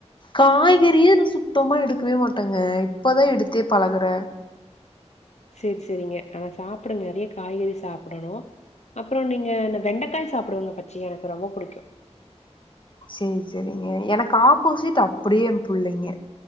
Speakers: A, on the left; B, on the left.
A: காய்கறியே சுத்தமா எடு இருக்கவே மாட்டங்க இப்பதா எடுத்தே பழகுற
B: செரி செரிங்க ஆனா சாப்டுங்க ஆனா நெறைய காய்கறி சாப்டணு அப்பறோ நீங்க இந்த வெண்டைக்காய் சாப்டுவாங்க பச்சயா எனக்கு ரொம்ப புடிக்கு
A: செரி செரிங்க எனக்கு ஆப்போசிட் அப்டியே எ புள்ளைங்க